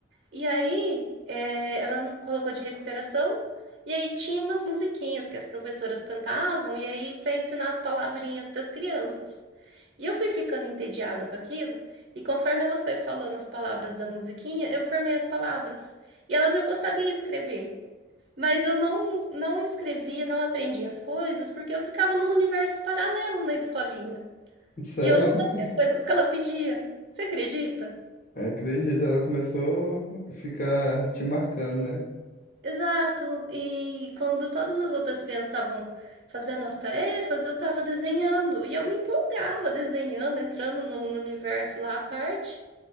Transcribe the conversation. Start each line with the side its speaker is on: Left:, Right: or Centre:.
Right: E aí, é, ela me colocou de recuperação. E aí tinha umas musiquinhas que as professoras cantavam, e aí para ensinar as palavrinhas para as crianças. E eu fui ficando entediada com aquilo, e conforme ela foi falando as palavras da musiquinha, eu formei as palavras. E ela viu que eu sabia escrever, mas eu não não escrevia, não aprendia as coisas, porque eu ficava num universo paralelo na escolinha.
Left: Sério?
Right: E eu não fazia
Left: <laughs>
Right: as coisas que ela pedia. Você acredita?
Left: Acredito, ela começou a ficar te marcando, né?
Right: Exato. E quando todas as outras crianças estavam fazendo as tarefas, eu estava desenhando. E eu me empolgava desenhando, entrando no, no universo lá à parte.